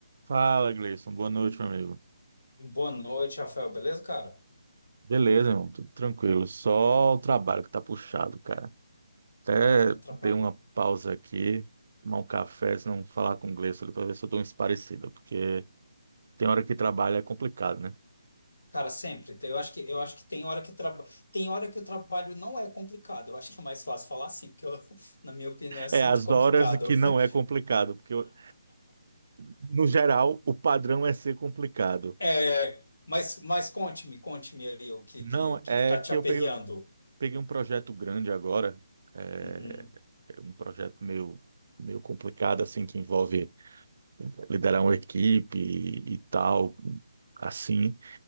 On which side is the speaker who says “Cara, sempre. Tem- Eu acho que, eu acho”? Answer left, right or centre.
Left